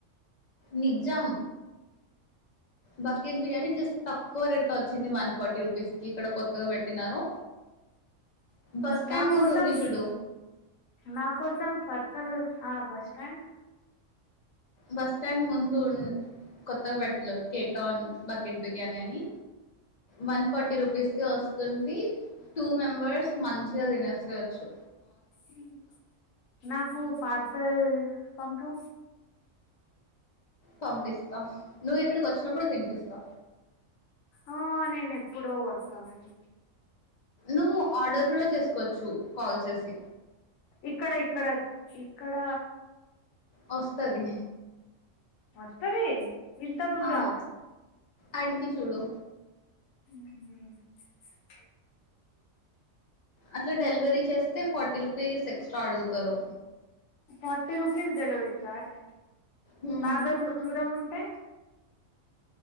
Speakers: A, on the left; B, on the left.
A: నిజం బకెట్ బిర్యానీ జస్ట్ తక్కువ రేట్ వచ్చింది వన్ ఫార్టీ రూపీస్ కి ఇక్కడ కొత్తగా పెట్టినారు. బస్ స్టాండ్
B: నా
A: ముందు
B: కోసం
A: ఉంది చూడు
B: నా కోసం పర్పల్ ఆ బస్టాండ్
A: బస్ స్టాండ్ ముందు కొత్తగా పెట్టలే కేటాన్ బకెట్ బిర్యానీ అని వన్ ఫార్టీ రుపీస్ వస్తుంది టూ మెంబర్స్ మంచిగా తినేసేయవచ్చు
B: ఉమ్ నాకు పార్సల్ పంపు
A: పంపిస్తా నువ్వు ఇక్కడికి వచ్చినప్పుడు తినిపిస్తా
B: ఆ నేను ఎప్పుడో వస్తా మరి
A: నువ్వు ఆర్డర్ కూడా చేసుకోవచ్చు కాల్ చేసి
B: ఇక్కడ ఇక్కడ ఇక్కడ
A: వస్తది
B: మస్తది ఇంత ధురం
A: ఆ, అడిగి చూడు
B: హమ్
A: అట్లా డెలివరీ చేస్తే ఫార్టీ రూ ప్లీజ్ ఎక్స్ట్రా అడుగుతారు
B: ఫార్టీ రుపీస్ డెలివరీ చార్జ్
A: హ్మ్.
B: బాగా ర దూరం ఉంటా